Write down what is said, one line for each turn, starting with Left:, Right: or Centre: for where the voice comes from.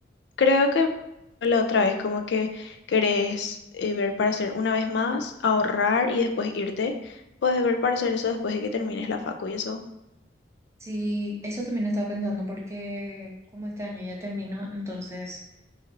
Left: creo que la otra vez, como que querés eh, ver para hacer una vez más, ahorrar y después irte. Puedes ver para hacer eso después de que termines la facu y eso.
Right: Sí, eso también estaba pensando porque como este año ya termino, entonces